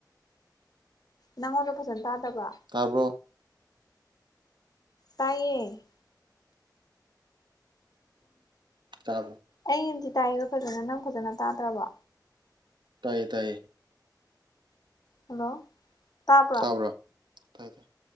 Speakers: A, on the left; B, on the right.
A: ꯅꯪꯉꯣꯟꯗ ꯐꯖꯅ ꯇꯥꯗꯕ꯭ꯔꯥ
B: ꯇꯥꯕꯔꯣ
A: ꯇꯥꯏꯌꯦ
B: ꯇꯕ
A: ꯑꯩ ꯅꯥꯗꯤ ꯇꯥꯏꯑ ꯐꯖꯅ ꯅꯪ ꯐꯖꯅ ꯇꯥꯗ꯭ꯔꯕ
B: ꯇꯥꯏꯌꯦ ꯇꯥꯏꯌꯦ
A: ꯍꯜꯂꯣ ꯇꯥꯕ꯭ꯔꯥ
B: ꯇꯥꯕ꯭ꯔꯣ ꯇꯥꯏꯌꯦ ꯇꯥꯏꯌꯦ